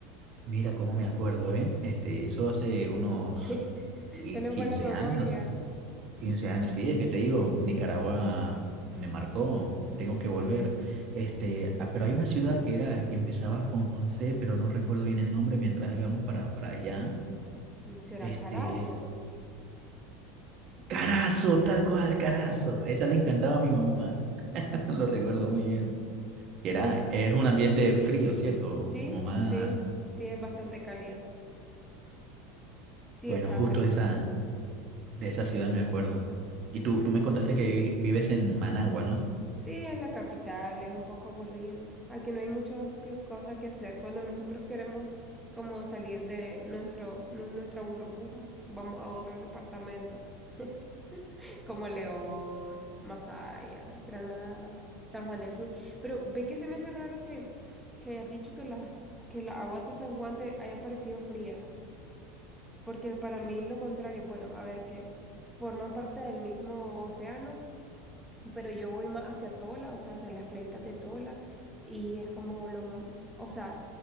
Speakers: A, on the right; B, in the centre.
A: mira cómo me acuerdo, ¿eh? Este, eso hace unos
B: <laughs>
A: qui-
B: Tienes
A: 15
B: buena memoria.
A: años. 15 años, sí, es que te digo, Nicaragua me marcó, tengo que volver. Este, ah, pero hay una ciudad que era, que empezaba con C, pero no recuerdo bien el nombre mientras íbamos para, para allá.
B: ¿Será
A: Este,
B: carazo?
A: Carazo, tal cual, Carazo. A Esa le encantaba a mi mamá, <laughs> lo recuerdo muy bien. Que era,
B: ¿Qué?
A: es un ambiente frío, ¿cierto?
B: Sí,
A: Como más,
B: sí, sí, es bastante cálido. Sí,
A: bueno,
B: o sea,
A: justo
B: frío.
A: esa, de esa ciudad me acuerdo. Y
B: Mm.
A: tú, tú me contaste que vi- vives en Managua, ¿no?
B: Sí, en la capital es un poco aburrido. Aquí no hay muchas cosas que hacer. Cuando nosotros queremos como salir de nuestro, nu- nuestra burbuja, vamos a otro departamento, <clears throat> <laughs> como León, Masaya, Granada, San Juan del Sur. Pero ve que se me hace raro que, que hayas dicho que las, que las aguas de San Juan te hayan parecido frías, porque para mí lo contrario, bueno, a ver que forman parte del mismo océano pero yo voy más hacia Tola, o sea, hacia las playitas de Tola, y es como lo, m- o sea,